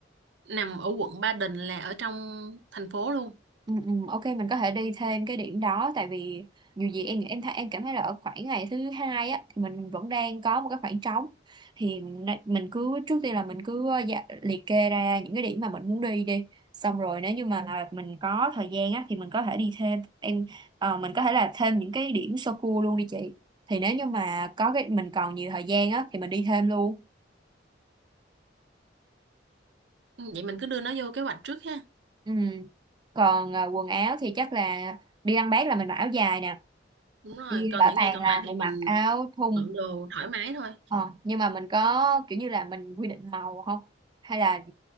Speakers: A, on the right; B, on the right.
A: nằm ở quận Ba Đình là ở trong thành phố luôn
B: Ừ, ừ, ok mình có thể đi thêm cái điểm đó tại vì dù gì em em thấy em cảm thấy là ở khoảng ngày thứ hai á thì mình vẫn đang có một cái khoảng trống thì mình mình cứ trước tiên là mình cứ ờ, dạ, liệt kê ra những cái điểm mà mình muốn đi đi xong rồi nếu như mà là mình có thời gian á thì mình có thể đi thêm em ờ, mình có thể là thêm những cái điểm sơ cua luôn đi chị thì nếu như mà có cái mình còn nhiều thời gian á thì mình đi thêm luôn
A: Ừ, vậy mình cứ đưa nó vô kế hoạch trước ha
B: ừ. còn ờ, quần áo thì chắc là đi ăn bát là mình mặc áo dài nè
A: đúng rồi
B: đi
A: còn
B: bảo
A: những
B: tàng
A: ngày còn
B: là
A: lại thì
B: mình
A: mình
B: mặc áo thun
A: bận đồ thoải mái thôi
B: ờ, nhưng mà mình có kiểu như là mình quy định màu không hay là